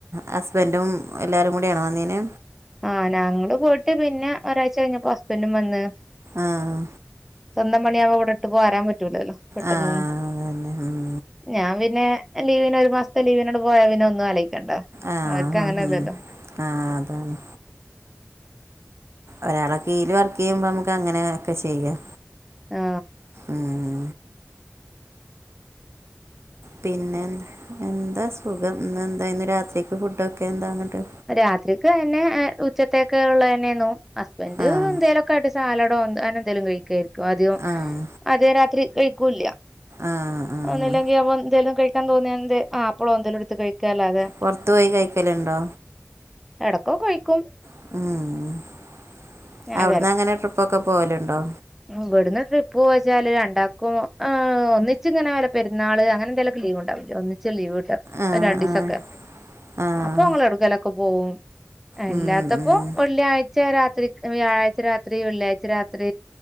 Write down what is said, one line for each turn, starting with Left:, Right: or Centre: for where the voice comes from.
Right: ഹസ്ബൻ്റും എല്ലാരും കൂടെയാണോ വന്നേന്
Centre: ആ ഞങ്ങള് പോയിട്ട് പിന്നെ ഒരാഴ്ച കഴിഞ്ഞപ്പോ ഹസ്ബൻഡും വന്ന്
Right: ആഹ്
Centre: സ്വന്തം പണിയാവുമ്പോ ഇവിടെ ഇട്ട് പോരാൻ പറ്റൂലല്ലോ പെട്ടെന്ന്
Right: ആഹ് അതന്നെ ഉം
Centre: ഞാൻ പിന്നെ ലീവിന് ഒരു മാസത്തെ ലീവിനങ്ങട് പോയാ പിന്നെ ഒന്നും ആലോയിക്കണ്ട
Right: ആ
Centre: അവർക്ക്
Right: ഹ
Centre: അങ്ങനെയല്ലല്ലോ
Right: ഹ ആ അതാണ് ഒരാളെ കീയില് വർക്ക് ചെയ്യുമ്പോ നമ്മക്ക് അങ്ങനക്കെ ചെയ്യാം
Centre: ആ
Right: ഉം പിന്നെ എന്ത് എന്താ സുഖം ഇന്നെന്താ ഇന്ന് രാത്രിക്ക് ഫുഡൊക്കെ എന്താന്നിട്ട്
Centre: രാത്രിക്ക് അന്നെ ഉച്ചത്തേക്ക് ഉള്ളെന്നായിരുന്നു ഹസ്ബൻഡ്
Right: ആഹ്
Centre: എന്തേലൊ ക്കായിട്ട് സാലഡോ അങ്ങനെന്തേലും കഴിക്കായിരിക്കും ആദ്യം
Right: ആഹ്
Centre: അധികം രാത്രി കഴിക്കൂല്ല
Right: ആഹ് ആഹ്
Centre: ഒന്നൂല്ലെങ്കിൽ അവ എന്തേലും കഴിക്കാൻ തോന്നിയാ എന്തേ ആപ്പിളോ എന്തേലും എടുത്ത് കഴിക്കല്ലാതെ
Right: പൊറത്ത് പോയി കഴിക്കലുണ്ടോ
Centre: എടക്കോ കഴിക്കും
Right: ഉം
Centre: ഞാൻ
Right: അവിടുന്ന്
Centre: ചെലപ്പോ
Right: എങ്ങനെ ട്രിപ്പൊക്കെ പോവലുണ്ടോ
Centre: ഇവിടുന്ന് ട്രിപ്പ് പോവാച്ചാല് രണ്ടാക്കും ഏ ഒന്നിച്ച് ഇങ്ങനെ വല്ല പെരുന്നാള് അങ്ങനെ എന്തേലൊ ലീവ് ഉണ്ടാവില്ല ഒന്നിച്ചാ ലീവ് കിട്ടുവാ
Right: ആഹ്
Centre: അത് രണ്ടിസക്കെ
Right: ആഹ് ആഹ്
Centre: അപ്പൊ ഞങ്ങള് എവിടെക്കലൊക്കെ പോവും അല്ലാ
Right: ഉം
Centre: ത്തപ്പൊ
Right: ഉം
Centre: വെള്ളിയാഴ്ച രാത്രിക്ക് വ്യാഴാഴ്ച രാത്രി വെള്ളിയാഴ്ച രാത്രി